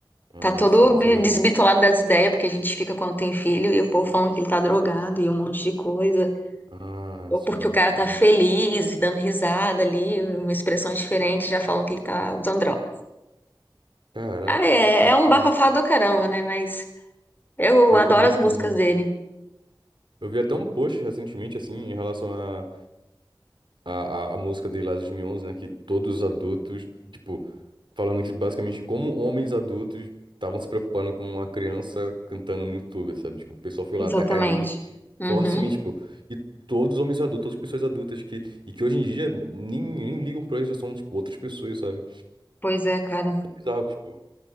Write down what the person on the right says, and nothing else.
Ah,
sim, isso é verdade.
Ah,
sim,
sim.
Caraca,
que loucura.
Pior
que é muito
bizarro.
Eu vi até um post recentemente, assim, em relação à a, a, música dele lá de 2011, né? Que todos os adultos, tipo, falando que basicamente como homens adultos estavam se preocupando com uma criança cantando no YouTube, sabe? Tipo, o pessoal foi
lá atacar ele
fortemente, tipo. E todos os homens adultos, todas as pessoas adultas que, e que hoje em dia nem, nem ligam pra isso, já são, tipo, outras pessoas, sabe?
É bizarro, tipo.